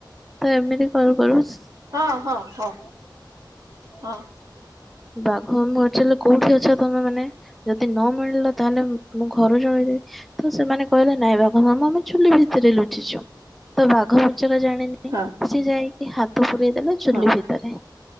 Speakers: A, in the centre; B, on the right.
A: ତ ଏମିତି କରୁ କରୁ ସ୍
B: ହଁ ହଁ ହଁ ହଁ।
A: ବା <unintelligible> କୋଉଠି ଅଛ? ତମେ ମାନେ ଯଦି ନ ମିଳିଲ? ତାହେଲେ ମୁଁ ଘରୁ ଜଣେଇଦେବି ତ ସେମାନେ କହିଲେ ନାଇଁ ବାଘ ମାମୁଁ ଆମେ ଚୁଲି ଭିତରେ ଲୁଚିଚୁ ତ ବାଘ ମା ସେଟା ଜାଣିନି
B: ହଁ
A: ସେ ଯାଇ ଏ ହାତ ଫୁ ଦେଲେ ଚୁଲି
B: ହଁ ହଁ ହଁ ହଁ। ହଁ ହଁ ହଁ
A: ଭିତରେ।